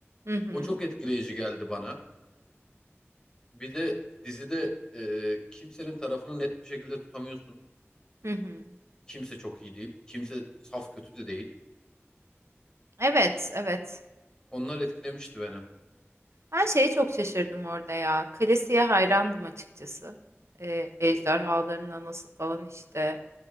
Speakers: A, on the right; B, on the left.
A: <laughs> Hı hı.
B: O çok etkileyici geldi bana. Bir de dizide e, kimsenin tarafını net bir şekilde tutamıyorsun.
A: Hı hı.
B: Kimse çok iyi değil. Kimse saf kötü de değil.
A: Evet, evet.
B: Onlar etkilemişti beni.
A: Ben şeye çok şaşırdım orada ya. Kalesi'ye hayrandım açıkçası. Ee, ejderhaların anası falan işte.